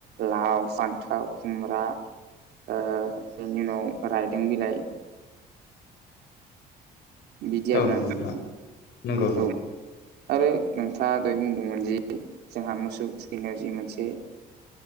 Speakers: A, on the right; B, on the left.
A: लाव फान्थाव खुमब्रा बेनि उनाव रायदों बिलाइ बिदि
B: औ
A: आरो
B: नंगौ
A: नोंथां
B: नंगौ
A: औ औ आरो नोंथाङा दय बुंदोंमोन जि जोंहा मोसौ थुखैनायाव जि मोनसे